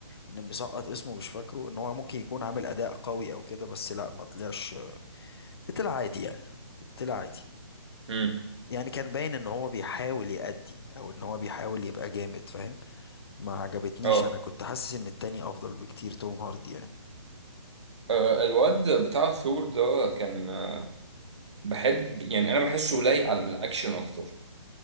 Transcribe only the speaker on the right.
امم
اه
آه، الواد بتاع ثور ده كان آه، بحب يعني انا بحسه لايق على الاكشن اكتر